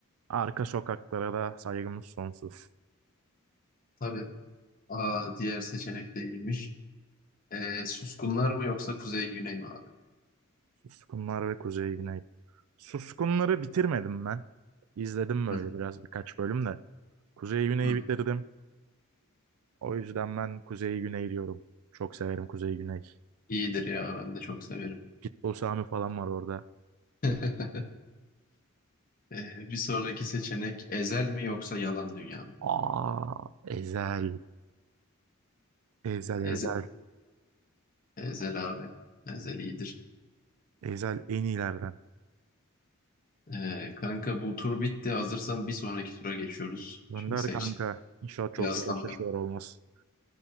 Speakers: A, on the right (about 70°); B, on the left (about 40°).
A: Arka sokaklara da saygımız sonsuz.
B: tabii. Aa, diğer seçenek de iyiymiş. Ee, Suskunlar mı yoksa Kuzey Güney mi abi?
A: Suskunlar ve Kuzey Güney. Suskunları bitirmedim ben. İzledim böyle
B: Hı,
A: biraz birkaç bölüm de. Kuzey Güney'i
B: hı. hı.
A: bitirdim. O yüzden ben Kuzey Güney diyorum. Çok severim Kuzey Güney.
B: İyidir ya ben de çok severim.
A: Pitbull Sami falan var orada.
B: <laughs> Ee, bir sonraki seçenek Ezel mi yoksa Yalan Dünya mı?
A: Aa, Ezel. Ezel Ezel.
B: Eze- Ezel abi. Ezel iyidir.
A: Ezel en iyilerden.
B: Ee, kanka bu tur bitti. Hazırsan bir sonraki tura geçiyoruz.
A: Gönder
B: Şimdi seç.
A: kanka. İnşallah çok
B: Kıyaslama
A: zor eşleşmeler olmaz.